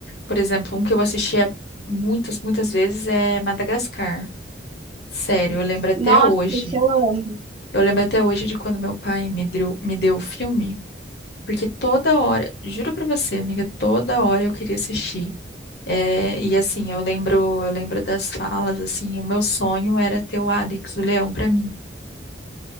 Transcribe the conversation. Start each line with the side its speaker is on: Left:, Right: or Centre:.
Left: por exemplo, um que eu assisti assistia muitas, muitas vezes é Madagascar. Sério, eu lembro até
Right: Nossa,
Left: hoje.
Right: esse eu amo.
Left: Eu lembro até hoje de quando meu pai me deu, me deu o filme, porque toda hora, juro pra você, amiga, toda hora eu queria assistir. É, e assim, eu lembro, eu lembro das falas, assim, o meu sonho era ter o Alex, o leão, pra mim.